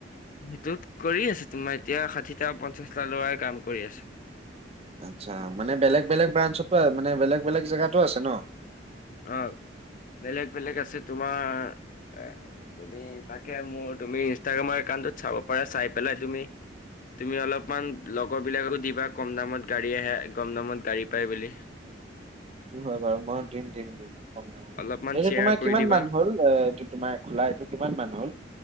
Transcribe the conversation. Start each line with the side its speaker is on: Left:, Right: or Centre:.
Left: সেইটোত কৰি আছে তোমাৰ এতিয়া ষাঠিটা, পঞ্চাশটা ল'ৰাই কাম কৰি আছে।
Right: আতচ্ছা মানে বেলেগ বেলেগ ব্ৰাঞ্চতো মানে বেলেগ বেলেগ জেগাতো আছে ন।
Left: অ, বেলেগ- বেলেগ আছে, তোমাৰ এ তুমি তাকে মোৰ তুমি ইনষ্টাগ্ৰামৰ একাউটত তোত চাব পাৰ চাই পেলাই তুমি তুমি অলপমান লগৰ বিলাককো দিবা, কম দামত গাড়ী আহে, কম দামত গাড়ী পাই বুলি।
Right: হয় বাৰু মই দিম দিম কম টাইমত।
Left: অলপমান
Right: এইটো
Left: শ্বেয়াৰ
Right: তোমাৰ
Left: কৰি
Right: কিমান
Left: দিবা
Right: মান হ'ল? এইটো তোমাৰ খোলা, এইটো কিমান মান হ'ল,